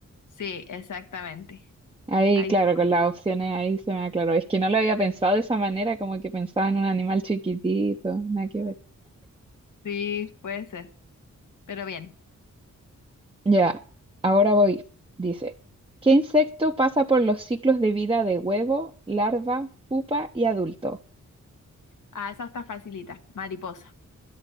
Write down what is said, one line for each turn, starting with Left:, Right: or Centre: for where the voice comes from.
Left: Sí, exactamente.
Right: Ahí,
Left: Ahí
Right: claro,
Left: está.
Right: con las opciones ahí se me aclaró. Es que no lo había pensado de esa manera, como que pensaba en un animal chiquitito, nada que ver.
Left: Sí, puede ser. Pero bien.
Right: Ya, ahora voy. Dice, ¿qué insecto pasa por los ciclos de vida de huevo, larva, pupa y adulto?
Left: Ah, esa está facilita. Mariposa.